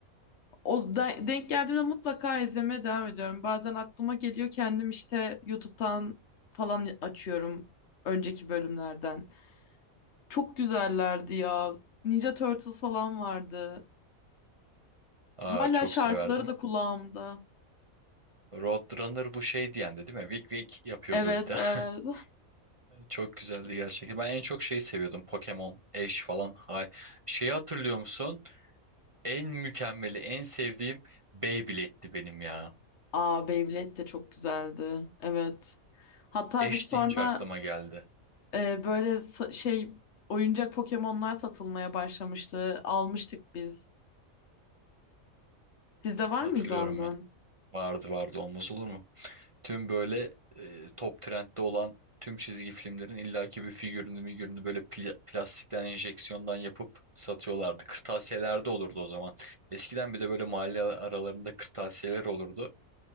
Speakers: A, on the left (about 55°); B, on the right (about 40°).
A: O da- denk geldiğimde mutlaka izlemeye devam ediyorum. Bazen aklıma geliyor kendim işte YouTube'dan falan açıyorum önceki bölümlerden. Çok güzellerdi ya. Ninja Turtles falan vardı.
B: Aa,
A: Hala
B: çok
A: şarkıları
B: severdim.
A: da kulağımda.
B: Roadrunner bu şey diyendi değil mi? Wick Wick yapıyordu
A: Evet,
B: bir tane.
A: evet.
B: <laughs> Çok güzeldi gerçekten. Ben en çok şeyi seviyordum. Pokemon, Ash falan. Hay. Şeyi hatırlıyor musun? En mükemmeli, en sevdiğim Beyblade'ti benim ya.
A: Aa Beyblade de çok güzeldi. Evet. Hatta
B: Ash
A: biz sonra
B: deyince aklıma geldi.
A: e, böyle sa- şey oyuncak Pokemon'lar satılmaya başlamıştı. Almıştık biz. Sizde var
B: Hatırlıyorum
A: mıydı ondan?
B: ben. Vardı vardı olmaz olur mu? Tüm böyle e, top trendde olan tüm çizgi filmlerin illaki bir figürünü migürünü böyle pla- plastikten enjeksiyondan yapıp satıyorlardı. Kırtasiyelerde olurdu o zaman. Eskiden bir de böyle mahalle aralarında kırtasiyeler olurdu.